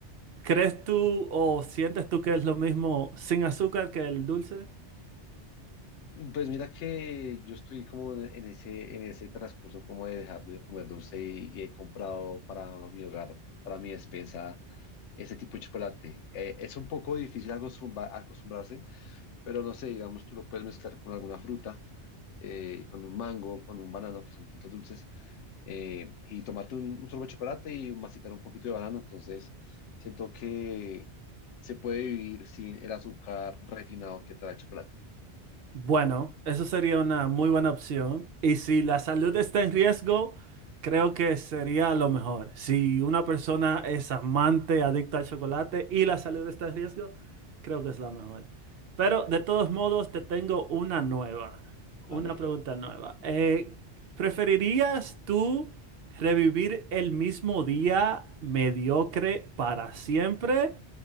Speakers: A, on the right; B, on the left.
A: ¿Crees tú o sientes tú que es lo mismo sin azúcar que el dulce?
B: Pues mira que yo estoy como en en ese, en ese transcurso como de dejar de comer dulce y, y he comprado para mi hogar, para mi despensa ese tipo de chocolate. Eh, es un poco difícil acostumbra- acostumbrarse, pero no sé, digamos, tú lo puedes mezclar con alguna fruta, eh, con un mango, con un banano, que son frutas dulces, eh, y tomarte un, un sorbo de chocolate y masticar un poquito de banano. Entonces, siento que se puede vivir sin el azúcar refinado que trae el chocolate.
A: Bueno, eso sería una muy buena opción. Y si la salud está en riesgo, creo que sería lo mejor. Si una persona es amante, adicta al chocolate y la salud está en riesgo, creo que es la mejor. Pero de todos modos, te tengo una nueva, una
B: Dale.
A: pregunta nueva. Eh, ¿preferirías tú revivir el mismo día mediocre para siempre?